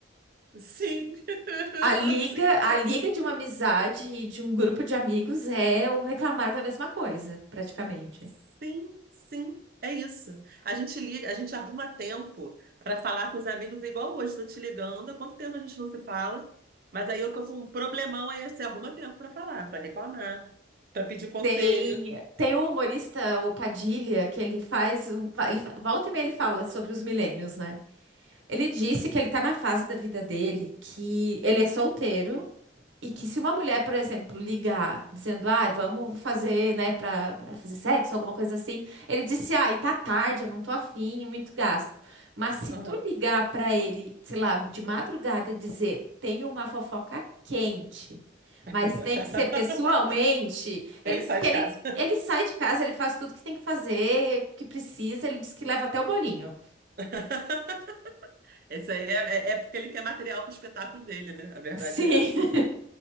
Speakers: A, on the right; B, on the right.
A: Sim.
B: A liga,
A: <laughs> Sim.
B: a liga de uma amizade e de um grupo de amigos é o reclamar da mesma coisa, praticamente.
A: Sim, sim, é isso. A gente liga, a gente arruma tempo para falar com os amigos, igual hoje, estou te ligando. Há quanto tempo a gente não se fala? Mas aí eu tô com um problemão, aí você arruma tempo para falar, para reclamar, para pedir conselho.
B: Tem, tem o humorista, o Padilha, que ele faz. o- Ele, volta e meia ele fala sobre os milênios, né? Ele disse que ele tá na fase da vida dele, que ele é solteiro. E que se uma mulher, por exemplo, ligar dizendo, ai, vamos fazer, né, pra, pra fazer sexo, alguma coisa assim, ele disse, ai, tá tarde, eu não tô afim, muito gasto. Mas se
A: Aham.
B: tu ligar pra ele, sei lá, de madrugada e dizer, tenho uma fofoca quente, mas
A: <laughs>
B: tem que ser pessoalmente, ele
A: Ele
B: diz
A: sai
B: que
A: de
B: ele,
A: casa.
B: ele sai de casa, ele faz tudo que tem que fazer, que precisa, ele diz que leva até o bolinho.
A: <laughs> Esse aí é, é é porque ele quer material para o espetáculo dele, né? A verdade
B: Sim,
A: é essa.
B: <laughs>